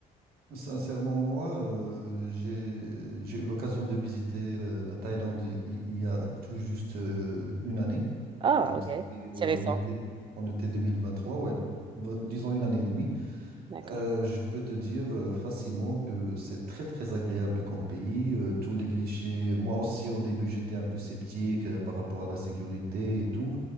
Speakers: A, on the right; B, on the right.
A: Sincèrement, moi, euh, j'ai, j'ai eu l'occasion de visiter le- la Thaïlande i- il, y a tout juste euh, une année.
B: Ah,
A: Donc,
B: ok.
A: c'était, euh,
B: C'est récent.
A: on était, on était 2023, ouais, bon, disons une année et demie.
B: D'accord.
A: Euh, je peux te dire euh, facilement que c'est très très agréable comme pays. Euh, tous les clichés, moi aussi au début j'étais un peu sceptique euh, par rapport à la sécurité et tout,